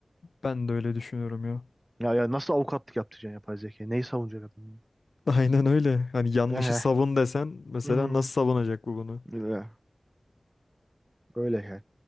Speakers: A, on the left; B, on the right.
A: Ben de öyle düşünüyorum ya.
B: Ya, ya nasıl avukatlık yaptıracaksın yapay zeka? Neyi savunacak adam? ya?
A: <laughs> Aynen öyle. Hani yanlışı
B: Ehe.
A: savun desen mesela
B: Hmm.
A: nasıl savunacak bu bunu?
B: Öyle. Öyle yani.